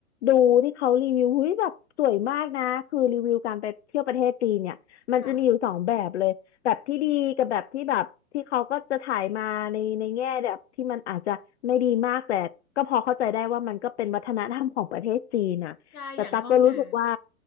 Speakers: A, on the left; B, on the left.
A: ดูที่เขารีวิวหุ้ยแบบสวยมากนะคือรีวิวการไปเที่ยวประเทศจีนเนี่ยมันจะมีอยู่สองแบบเลยแบบที่ดีกับแบบที่แบบที่เขาก็จะถ่ายมาในในแง่แบบที่มันอาจจะไม่ดีมากแต่ก็พอเข้าใจได้ว่ามันก็เป็นวัฒนธรรมของประเทศจีนน่ะแต่ตักก็รู้สึกว่า
B: ค่ะใช่อย่างห้องน้